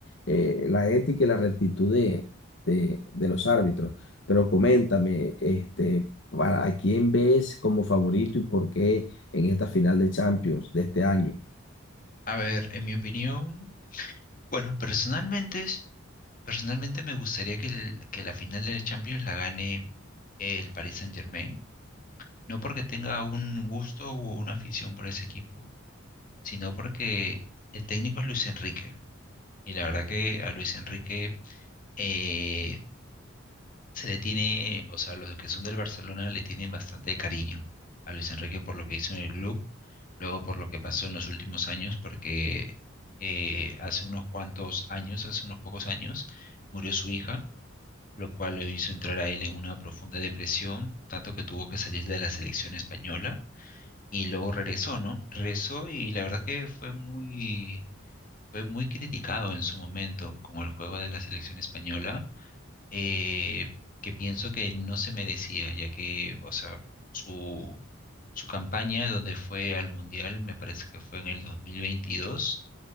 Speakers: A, on the left; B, on the left.
A: eh, la ética y la rectitud de, de, de los árbitros. Pero coméntame, este, para, ¿a quién ves como favorito y por qué en esta final de Champions de este año?
B: A ver, en mi opinión, bueno, personalmente, personalmente me gustaría que, el- que la final de la Champions la gane el Paris Saint-Germain No porque tenga un gusto o una afición por ese equipo, sino porque el técnico es Luis Enrique. Y la verdad que a Luis Enrique eh, se le tiene, o sea, los que son del Barcelona le tienen bastante cariño a Luis Enrique por lo que hizo en el club, luego por lo que pasó en los últimos años, porque eh, hace unos cuantos años, hace unos pocos años, murió su hija, lo cual le hizo entrar a él en una profunda depresión, tanto que tuvo que salir de la selección española y luego regresó, ¿no? Regresó y la verdad que fue muy, fue muy criticado en su momento con el juego de la selección española, eh, que pienso que no se merecía, ya que, o sea, su, su campaña donde fue al Mundial, me parece que fue en el 2022,